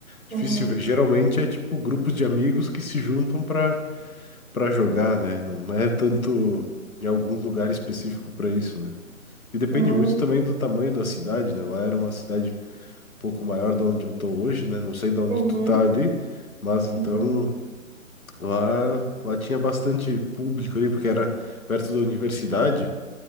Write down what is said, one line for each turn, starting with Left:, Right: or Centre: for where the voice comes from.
Left: difícil
Right: Uhum.
Left: ver. Geralmente é tipo grupos de amigos que se juntam pra para jogar, né? Não é tanto em algum lugar específico pra isso, né? E depende
Right: Uhum.
Left: muito também do tamanho da cidade, né? Lá era uma cidade pouco maior da onde eu tô hoje, né? Não sei da onde
Right: Uhum.
Left: tu tá ali, mas então
Right: Uhum.
Left: lá, lá tinha bastante público ali, porque era perto da universidade.